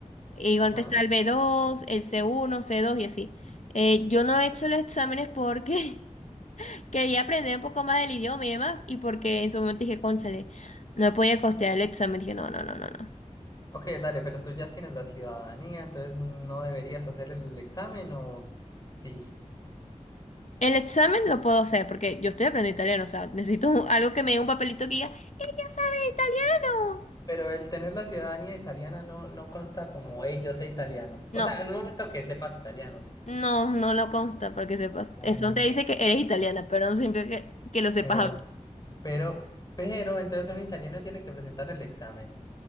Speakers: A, on the left; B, on the left.
A: Y igual
B: Ajá.
A: está el B2, el C1, C2 y así. Eh, yo no he hecho los exámenes porque <laughs> Quería aprender un poco más del idioma y demás, y porque en su momento dije, cónchale, no podía costear el examen. Dije, no, no, no, no, no.
B: Ok, dale, pero tú ya tienes la ciudadanía, entonces no deberías hacer el examen o sí.
A: El examen lo puedo hacer porque yo estoy aprendiendo italiano, o sea, necesito un- algo que me dé un papelito que diga, ya sabes italiano.
B: Pero el tener la ciudadanía italiana no, no consta como, hey, yo sé italiano. O
A: No,
B: sea, en un momento que sepas italiano.
A: no, no lo consta porque sepas.
B: Ah,
A: Eso te dice que eres italiana, pero no significa que, que lo sepas
B: Pero,
A: hablar.
B: pero, pero, entonces un italiano tiene que presentar el examen.